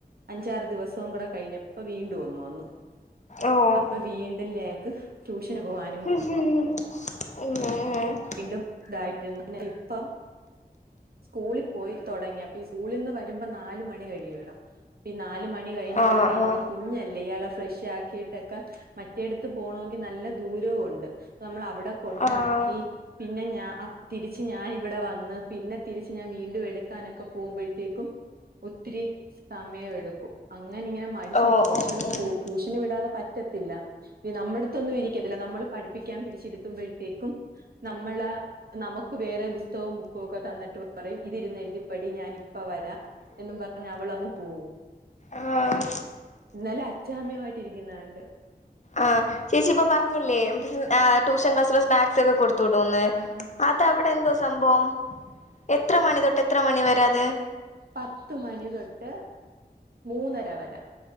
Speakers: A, on the right; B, on the left.
A: അഞ്ചാറ് ദിവസവും കൂടെ കഴിഞ്ഞപ്പ വീണ്ടും ഒന്ന് വന്നു
B: ഓഹ്
A: അപ്പ വീണ്ട് ലേക്ക് ട്യൂഷന് പോവാൻ
B: <unintelligible>
A: വീണ്ടും ഇതായിട്ടി ഇപ്പം സ്കൂളിൽ പോയി തുടങ്ങി അപ്പൊ ഈ സ്കൂളിൽ നിന്ന് വരുമ്പോ നാലല് മണി കഴിയൂല്ലോ ഈ നാല് മണി കഴിഞ്ഞ്
B: ആഹ്
A: ഇവിടെ
B: ആഹ്
A: വന്ന് കുഞ്ഞല്ലേ ഇയാളെ ഫ്രഷ് ആക്കിയിട്ടൊക്കെ മറ്റേട്‌ത്ത് പോണോങ്കി നല്ല ദൂരോണ്ട് നമ്മൾ അവിടെ കൊണ്ടാക്കി
B: ആഹ്
A: പിന്നെ ഞാ തിരിച്ച് ഞാൻ ഇവിടെ വന്ന് പിന്നെ ഞാ തിരിച്ച് ഞാൻ ഇവിടെ വന്നു പിന്നെ തിരിച്ച് ഞാൻ വീണ്ടും എടുക്കാനൊക്കെ പോവുബയ്ത്തേക്കും പോകുമ്പോഴത്തേക്കും ഒത്തിരി സമയം എടുക്കും അങ്ങന ഇങ്ങനെ മടിച്ച്
B: ഓഹ്
A: നിക്കും പക്ഷെ
B: ഓഹ്
A: അവള് സ്കൂ
B: ഓഹ്
A: ട്യൂഷന് വിടാതെ പറ്റത്തില്ല ഇ നമ്മുടെത്തൊന്നും ഇരിക്കത്തില്ല നമ്മള് പഠിപ്പിക്കാൻ പിടിച്ചിരുത്തുമ്പോഴത്തേക്കും നമ്മളെ നമുക്ക് വേറെ പുസ്തകും ബുക്കും ഒക്കെ തന്നിട്ട് പറയും ഇതിരുന്ന് എഴുതിപ്പടി ഞാൻപ്പ വരാ എന്നും പറഞ് അവള് അങ്ങ് പോകു
B: ആഹ്
A: ഇന്നലെ അച്ഛാമ്മയുയിട്ട് ഇരിക്കും കിനാണ്ട്
B: ആഹ് ചേച്ചി ഇപ്പ പറഞ്ഞില്ലേ ആ ട്യൂഷൻ ക്ലാസ്സില് സ്നാക്സൊക്കെ കൊട്ത്തൂടൂന്ന്
A: ആ ആ
B: ഇപ്പ അവിടെ എന്തോ സംഭവം എത്ര മണി തൊട്ട് എത്ര മണി വര അത്
A: പത്ത് മണി തൊട്ട് മൂന്നര വരാ